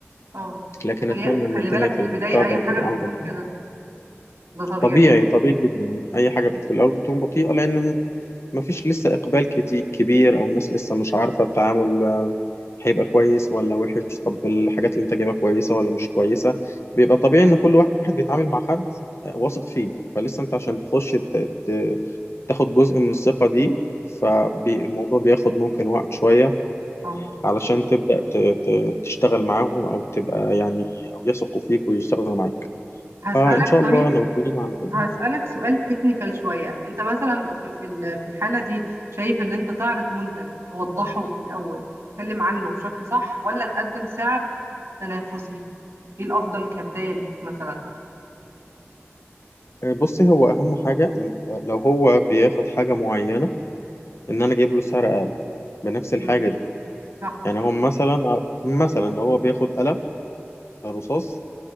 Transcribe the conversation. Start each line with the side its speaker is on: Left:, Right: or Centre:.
Right: أه
Left: لكن اتمنى
Right: هي-
Left: ان
Right: خلي
Left: الدنيا
Right: بالك
Left: في
Right: في
Left: المستقبل
Right: البداية أي حاجة
Left: تبقى افضل
Right: بتكون كده
Left: يعني.
Right: ده طبيعي
Left: طبيعي طبيعي جدا اي حاجة بت-
Right: مم.
Left: في الاول بتكون بطيئة لان ما فيش لسه اقبال كتير كبير او الناس لسه مش عارفة التعامل آه، هيبقى كويس ولا وحش طب الحاجات اللي انت جايبها كويسة ولا مش كويسة بيبقى طبيعي
Right: صح.
Left: ان كل واحد بيتعامل مع حد آه، واثق فيه فلسه انت عشان تخش ت- ت- تاخد جزء من الثقة دي فالموضوع بياخد ممكن وقت شوية
Right: أه
Left: علشان تبدأ ت- ت- تشتغل معاهم أو تبقى يعني أو يثقوا فيك ويشتغلوا معاك
Right: هسألك
Left: فإن شاء الله
Right: طيب
Left: ناويين على كده
Right: هسألك سؤال تكنيكال شوية انت مثلا في في ال- في الحالة دي شايف ان انت تعرض منتج توضحه الأول وتتكلم عنه بشكل صح ولا تقدم سعر تنافسي ايه الأفضل كبداية ليك مثلا
Left: آه، بصي هو أهم حاجة إن لو هو بياخد حاجة معينة إن أنا أجيب له سعر أقل بنفس
Right: مم.
Left: الحاجة دي
Right: صح
Left: يعني هو مثلا مثلا لو هو بياخد قلم رصاص